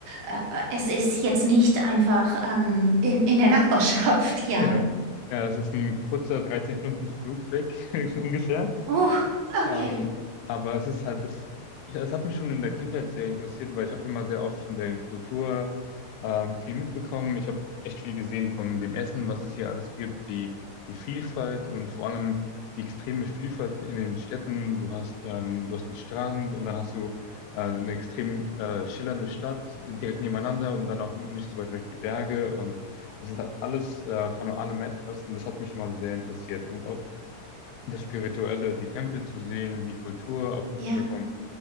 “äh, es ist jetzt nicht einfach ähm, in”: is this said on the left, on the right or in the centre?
Right